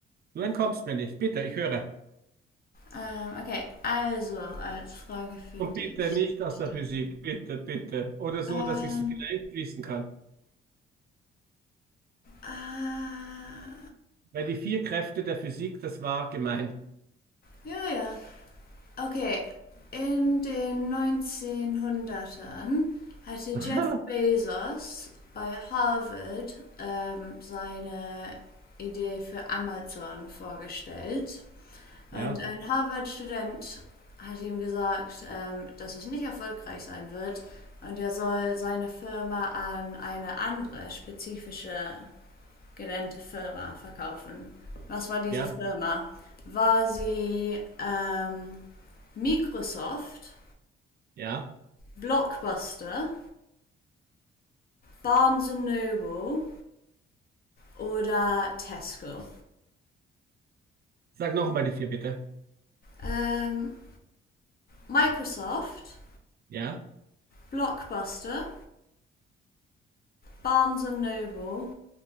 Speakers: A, on the right (about 50°); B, on the left (about 50°).
A: Du entkommst mir nicht. Bitte, ich höre.
B: Ähm, okay, also als Frage finde
A: Und bitte
B: ich
A: nicht
B: mich
A: aus der
B: dann.
A: Physik. Bitte, bitte. Oder so,
B: Ähm,
A: dass ich es vielleicht wissen kann.
B: äh,
A: Weil die vier Kräfte der Physik, das war gemein.
B: ja, ja. Okay, in den 1900ern hatte
A: <laughs>
B: Jeff Bezos bei Harvard ähm, seine Idee für Amazon vorgestellt
A: Ja,
B: Und ein Harvard-Student hat ihm gesagt, ähm, dass es nicht erfolgreich sein wird und er soll seine Firma an eine andere spezifische genannte Firma verkaufen. Was war diese
A: ja,
B: Firma? War sie ähm, Microsoft,
A: ja.
B: Blockbuster, Barnes and Noble oder Tesco?
A: Sag nochmal die vier, bitte.
B: Ähm, Microsoft,
A: Ja.
B: Blockbuster, Barnes and Noble,